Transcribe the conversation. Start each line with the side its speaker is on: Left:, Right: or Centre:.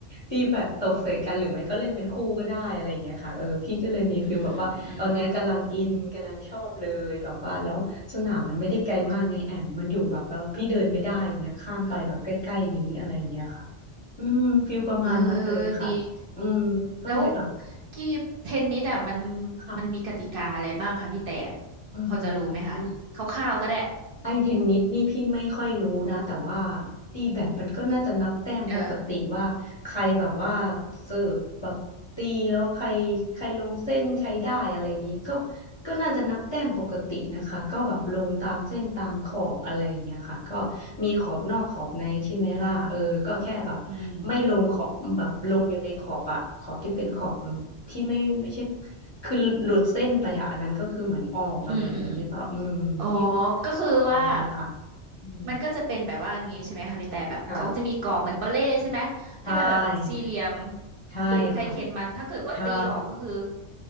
Left: ตีแบบตบใส่กันหรือไม่ก็เล่นเป็นคู่ก็ได้อะไรอย่างเงี้ยค่ะเออพี่ก็เลยมีฟิลแบบว่า
Right: อืมอืมอืม
Left: ตอนเนี้ยกำลังอินกำลังชอบเลยแบบว่าแล้วสนามมันไม่ได้ไกลมากไงแอมมันอยู่แบบว่าพี่เดินไปได้อย่างเงี้ยข้ามไปแบบใกล้ๆนี้อะไรอย่างเงี้ยค่ะ
Right: อืม
Left: อืมฟิลประมาณนั้นเลยค่ะอืมก็เลยแบบ
Right: เออเออเออดี แล้วกีเทนนิสอ่ะมัน
Left: ค่ะ
Right: มันมีกติกาอะไรบ้างคะพี่แต่
Left: อื
Right: พอจะรู้ไหมคะคร่าวๆก็ได้
Left: มไอเทนนิสนี่พี่ไม่ค่อยรู้นะแต่ว่าตีแบดมันก็น่าจะนับแต้มปกติว่าใครแบบว่า
Right: เออ
Left: เสิร์ฟแบบตีแล้วใครใครลงเส้นใครได้อะไรอย่างนี้ก็ ก็น่าจะนับแต้มปกตินะคะก็แบบลงตามเส้นตามขอบอะไรอย่างเงี้ยค่ะก็มีขอบนอกขอบในใช่ไหมล่ะเออก็แค่แบบไม่ลงขอบแบบลงอยู่ในขอบอะขอบที่เป็นขอบ
Right: อืม
Left: ที่ไม่ไม่ใช่คือหลุดเส้นไปอะอันนั้นก็คือเหมือนออกอะไรอย่างนี้หรือเปล่าอืมพี่เข้าใจว่าประมาณนั้นนะคะ
Right: อืมอืม อ๋อ ก็คือว่า
Left: อืม
Right: มันก็จะเป็นแบบว่าอย่างงี้ใช่ไหมคะพี่แต่แบบเขาจะมีกรอบเหมือนปาเล่ใช่ไหม
Left: ค่ะใช่
Right: ที่มันแบบสี่เหลี่ยม
Left: ใช่ค่ะ
Right: เขตใครเขตมัน ถ้าเกิดว่าตีออกก็คือ
Left: ใช่